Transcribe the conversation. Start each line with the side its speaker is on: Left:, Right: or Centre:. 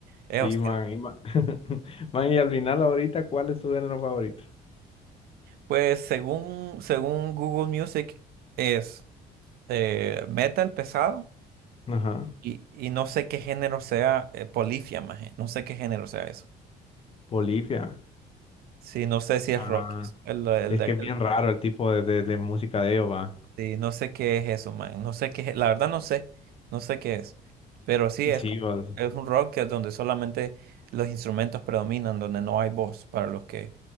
Right: esos
Left: Sí, man. Y, man, <laughs> man, y al final ahorita, ¿cuál es tu género favorito?
Right: Pues según, según Google Music es eh, metal pesado
Left: Ajá.
Right: y, y no sé qué género sea eh, polifia, maje, No sé qué género sea eso.
Left: Bolivia.
Right: Sí, no sé si es
Left: Ajá.
Right: rock. El, el
Left: es
Right: de
Left: que
Right: aquel-
Left: es bien raro el tipo de, de, de música de ellos, va.
Right: sí, no sé qué es eso, man. No sé qué es- La verdad no sé. No sé qué es. Pero sí es
Left: Sí,
Right: como
Left: vos.
Right: es un rock que es donde solamente los instrumentos predominan, donde no hay voz para los que